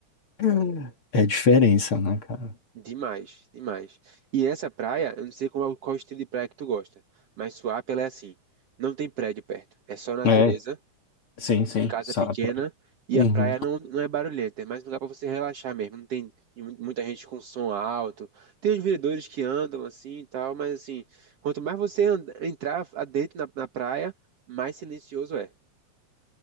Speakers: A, on the left; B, on the right.
A: Hum. É diferença, né, cara?
B: Demais, demais. E essa praia, eu não sei qual, qual estilo de praia que tu gosta, mas Suape ela é assim, não tem prédio perto, é só natureza,
A: É, sim, sim,
B: casa
A: sabe.
B: pequena e
A: Uhum.
B: a praia não, não é barulhenta, é mais um lugar para você relaxar mesmo, não tem mu- muita gente com som alto, tem os vendedores que andam assim e tal, mas assim, quanto mais você anda- entrar adentro na na praia, mais silencioso é.